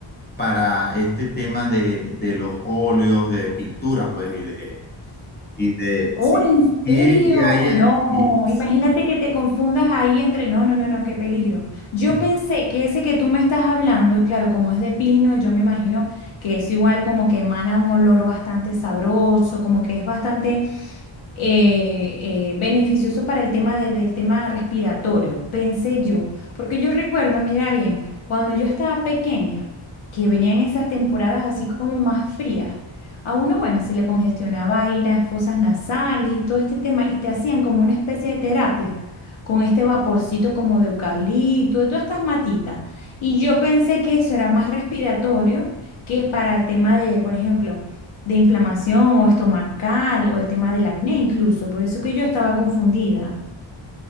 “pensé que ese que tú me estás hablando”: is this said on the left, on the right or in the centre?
Left